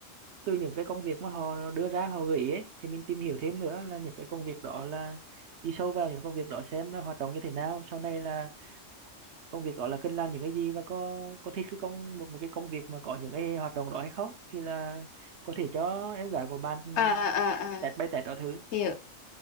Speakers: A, on the right (about 65°); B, on the left (about 65°).
A: từ những cái công việc mà họ đưa ra họ gợi ý ấy, thì mình tìm hiểu thêm nữa là những cái công việc đó là đi sâu vào những công việc đó xem nó hoạt động như thế nào sau này là công việc đó là cần làm những cái gì và có có thích cái công một một cái công việc mà có những cái hoạt động đó hay không thì là có thể cho em gái của bạn
B: à à
A: test
B: à
A: bay test đó thử
B: hiểu